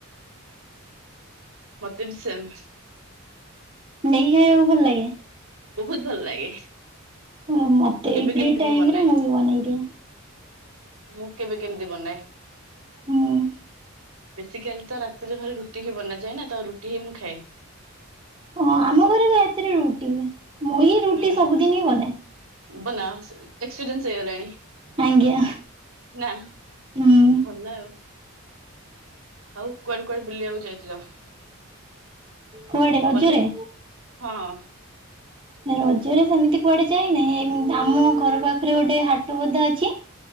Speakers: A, on the right; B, on the right.
A: ମତେ ବି ସେମ।
B: ନେଇ କି ଖାଇବାକୁ ଭଲ ଲାଗେ।
A: ବହୁତ ଭଲ ଲାଗେ।
B: ଓ ମତେ
A: କେବେ
B: ଏଇ ଫ୍ରି
A: କେମିତି
B: ଟାଇମ
A: ବନାଏ।
B: ରେ ମୁଁ ବି ବନେଇଦିଏ।
A: ମୁଁ କେବେ କେମିତି ବନାଏ।
B: ହୁଁ।
A: ବେଶୀ କାଲି ତ ରାତିରେ ଘରେ ରୁଟି ହି ବନାଯାଏ ନା ତ ରୁଟି ହିଁ ମୁଁ ଖାଏ।
B: ହଁ
A: ତ
B: ଆମ
A: ସ
B: ଘରେ ରାତିରେ ରୁଟି ହୁଏ, ମୁଁ ହିଁ ରୁଟି
A: ହୁଁ
B: ସବୁଦିନ ହିଁ ବନାଏ।
A: ବନାଅ ଏକ୍ସପିରିଏନସେ ହେଇଗଲାଣି
B: ଆଜ୍ଞା
A: ନା।
B: ହୁଁ
A: ଭଲ ଆଉ। ଆଉ କୁଆଡେ କୁଆଡେ ବୁଲିବାକୁ ଯାଇଥିଲ?
B: କୁଆଡେ ରଜରେ?
A: କଲେଜ ହଁ।
B: ରଜରେ ସେମିତି କୁଆଡେ ଯାଇନାହିଁ ଆମ ଘର ପାଖରେ ଗୋଟେ ହାଟ ବୁଦା ଅଛି।